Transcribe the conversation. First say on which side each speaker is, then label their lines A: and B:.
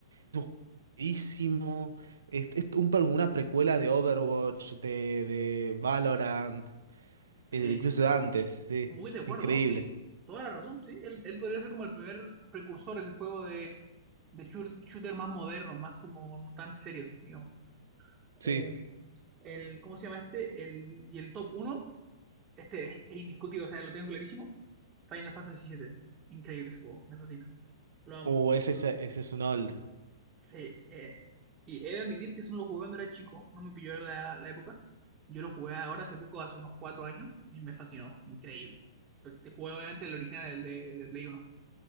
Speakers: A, on the right (about 80°); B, on the right (about 25°).
A: es un jueguísimo. Es, es un pre- una precuela de Overwatch, de, de Valorant,
B: Sí,
A: eh, incluso de antes, sí.
B: muy de acuerdo,
A: Increíble.
B: sí. Toda la razón, sí. Él, él podría ser como el primer precursor de ese juego de, de chur- shooter más modernos, más como no tan serios, digamos.
A: Sí.
B: Eh, Sí. el, ¿cómo se llama este? El, y el top uno este es, es indiscutido, o sea, lo tengo clarísimo. Final Fantasy siete Increíble ese juego, me fascina. Lo amo.
A: Uh, ese, es- ese es un old.
B: Sí, eh, y he de admitir que eso no lo jugué cuando era chico, no me pilló la, la época. Yo lo jugué ahora hace poco, hace unos cuatro años, y me fascinó, increíble. Pero Te jugué obviamente el original, el de, de Play uno